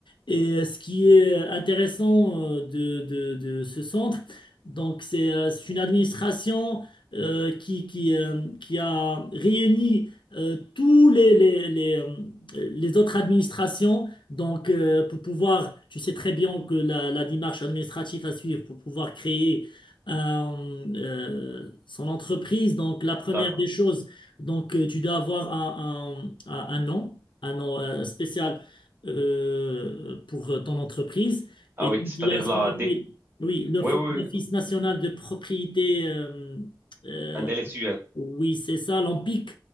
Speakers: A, on the left; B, on the right.
A: Et euh, ce qui est euh, intéressant euh, de, de- de ce centre, donc c'est euh, c'est une administration euh, qui, qui, euh, qui a réuni euh, tous les, les, les, euh, les autres administrations donc, euh, pour pouvoir, tu sais très bien que la, la démarche administrative à suivre pour pouvoir créer euh, euh, son entreprise, donc la première
B: D'accord.
A: des choses, donc euh, tu dois avoir un, un, un un nom, un nom euh, spécial euh, pour euh, ton entreprise.
B: Ah
A: Et
B: oui,
A: donc,
B: c'est-à-dire
A: il y a ce
B: la...
A: qu'on appelle,
B: Dé...
A: oui, le
B: Oui,
A: fo-
B: oui,
A: l'Office
B: oui,
A: national de propriété, euh, euh,
B: intellectuel.
A: oui, c'est ça, l'OMPIC.